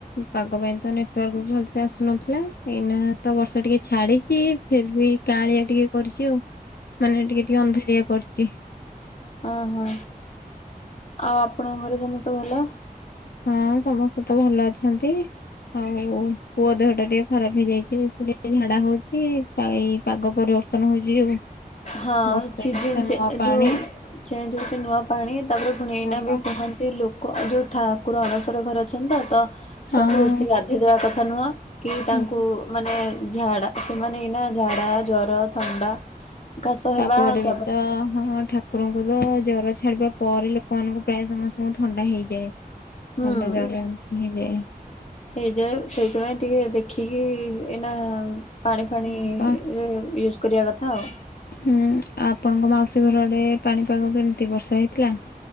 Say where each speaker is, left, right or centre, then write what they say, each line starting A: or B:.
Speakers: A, on the left; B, on the left.
A: ପାଗ ପାଇଁ ତ ନେ ଟୱାର୍କ ବି ଭଲସେ ଆସୁନଥିଲା ଏଇନା ତ ବର୍ଷା ଟିକେ ଛାଡିଚି ଫିର୍ ବି କାଁଳିଆ ଟିକେ କରିଚି ଆଉ ମାନେ ଟିକେ ଟିକେ ଅନ୍ଧାରିଆ କରିଚି।
B: ଅଁ ହଁ ଆଉ ଆପଣଙ୍କ ଘରେ ସମସ୍ତେ ଭଲ?
A: ହଁ ସମସ୍ତେ ତ ଭଲ ଅଛନ୍ତି। ଆଉ ପୁଅ ଦେହଟା ଟିକେ ଖରାପ ହେଇଯାଇଚି ଟିକେ ଝାଡା ହୋଉଚି ପାଗ ପରିବ ର୍ତ୍ତନ ହେଉଚି ଯୋଉ।
B: ହଁ
A: ବର୍ଷା
B: ସିଜନ
A: ବର୍ଷା
B: ଚେ
A: ନୂଆ ପାଣି
B: ଯୋଉ ଚେଞ୍ଜ ହୋଉଚୁ ନୂଆ ପାଣି ତାପରେ ଫୁଣି ଏଇନା
A: ହଁ
B: ବି
A: ପା
B: କୁହନି ସେଇ ଲୋକ ଯୋଉ ଠାକୁର ଅଣସର ଘର ଅଛନ୍ତି ତ। ତ
A: ହଁ।
B: ଛୁଆଙ୍କୁ ବେଶି ଗାଧୋଇ ଦବା କଥା ନୁହଁ କି ତାଙ୍କୁ
A: ହୁଁ
B: ମାନେ ଝାଡ଼ା ସେମାନେ ଏଇନା ଝାଡ଼ା ଜର ଥଣ୍ଡା କାଶ ହେବା
A: ତାପରେ
B: ସବୁ
A: ତ ହଁ ଠା ଠାକୁରଙ୍କୁ ତ ଜର ଛାଡିବା ପରେ ଲୋକମାନଙ୍କୁ ପ୍ରାୟ ସମସ୍ତଙ୍କୁ ଥଣ୍ଡା ହେଇଯାଏ।
B: ହୁଁ
A: ଥଣ୍ଡା ଜର ଏମିତି ହେଇଯାଏ।
B: ହେଇଯାଏ ସେଇଥିପାଇଁ ଟିକେ ଦେଖିକି ଏଇନା ପାଣି ଫାଣିରେ
A: ହଁ ପା
B: ୟୁଜ କରିବା କଥା ଆଉ।
A: ହୁଁ ଆପଣଙ୍କ ମାଉସୀ ଘର ଆଡେ ପାଣିପାଗ କେମିତି ବର୍ଷା ହେଇଥିଲା।